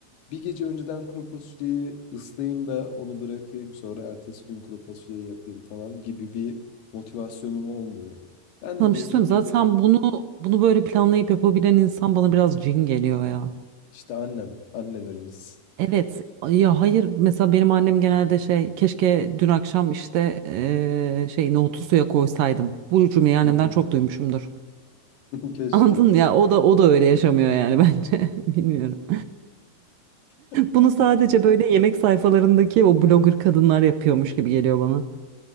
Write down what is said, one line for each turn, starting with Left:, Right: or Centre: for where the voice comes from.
Left: bir gece önceden kuru fasulyeyi ıslayayım da onu bırakayım sonra ertesi gün kuru fasulye yapayım falan gibi bir motivasyonum olmuyor. Ben
Right: Sana
Left: de dediğin
Right: bir şey söyleyeyim. mi? Zaten
Left: gibi
Right: bunu bunu böyle planlayıp yapabilen insan bana biraz cin geliyor ya.
Left: işte annem, annelerimiz.
Right: Evet ya hayır mesela benim annem genelde şey keşke dün akşam işte eee, şey nohutu suya koysaydım. Bu cümleyi annemden
Left: <laughs>
Right: çok duymuşumdur.
Left: Keşke.
Right: Anladın mı ya? O da o da öyle yaşamıyor yani <laughs> bence. Bilmiyorum.
Left: <laughs>
Right: Bunu sadece böyle yemek sayfalarındaki o blogger kadınlar yapıyormuş gibi geliyor bana.